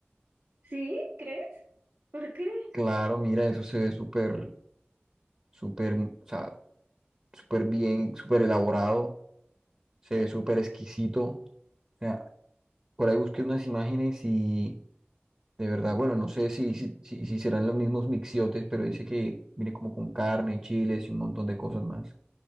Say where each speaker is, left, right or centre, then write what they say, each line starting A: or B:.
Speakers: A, on the right; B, on the right.
A: ¿Sí? ¿Crees? ¿Por qué?
B: Claro, mira, eso se ve súper, súper, o sea, súper bien, súper elaborado, se ve súper exquisito. O sea. Por ahí busqué unas imágenes y de verdad, bueno, no sé si, si, si, si serán los mismos mixiotes, pero dice que viene como con carne, chiles y un montón de cosas más.